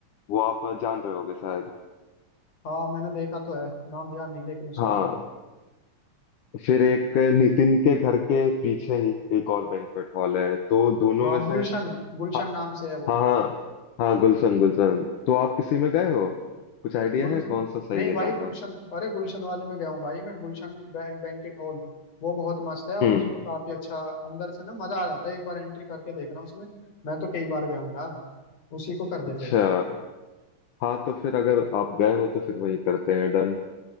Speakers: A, on the left; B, on the left.
A: वो आप जान रहे होगे शायद
B: हाँ मैंने देखा तो है नाम ध्यान नहीं लेकिन उसका
A: हाँ फिर एक नितिन के घर के पीछे ही एक और बैंक्वेट हॉल है तो दोनों
B: हाँ
A: में से
B: गुलशन गुलशन
A: हाँ
B: नाम से है वो
A: हाँ हाँ हाँ, गुलशन गुलशन तो आप किसी में गए हो कुछ आइडिया
B: गुल
A: है कौन सा सही
B: नहीं
A: है
B: भाई
A: ज्यादा
B: गुलशन अरे गुलशन वाले में गया हूँ भाई मैं गुलशन बैंक बैंकेट हॉल वो बहुत मस्त है और
A: हम्म
B: उसमें काफी अच्छा अंदर से ना मजा आ जाता है एक बार एंट्री करके देखना उसमें मैं तो कई बार गया हूँ यार उसी को कर दे
A: अच्छा
B: फिर
A: हाँ तो फिर अगर आप गए हो तो फिर वही करते हैं डन